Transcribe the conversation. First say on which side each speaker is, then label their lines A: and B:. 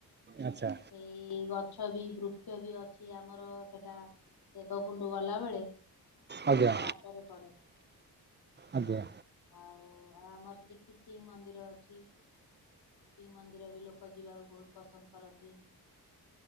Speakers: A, on the right; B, on the left.
A: ଆଚ୍ଛା
B: ସେଇ ଗଛ ବି ବୃକ୍ଷ ବି ଅଛି ଆ ଆମର ସେଇଟା ଦେବକୁଣ୍ଡ ଗଲାବେଳେ ସେଟା
A: ଆଜ୍ଞା
B: ବାଟରେ ପଡେ
A: ଆଜ୍ଞା
B: ଆଉ ଆଉ ଆମର ସେଠି ଖିଚିଂ ମନ୍ଦିର ଅଛି ଖିଚିଂ ମନ୍ଦିର ବି ଲୋକ ଲୋକ ଯିବାକୁ ବହୁତ ପସନ୍ଦ କରନ୍ତି।